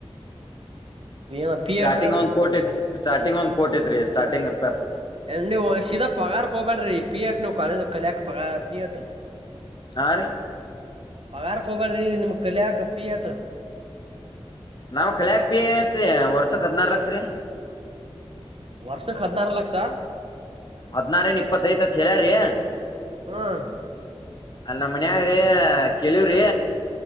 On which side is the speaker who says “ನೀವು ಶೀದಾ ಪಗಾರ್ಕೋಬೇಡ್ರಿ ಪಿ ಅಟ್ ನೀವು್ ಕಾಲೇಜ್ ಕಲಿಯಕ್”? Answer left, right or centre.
Right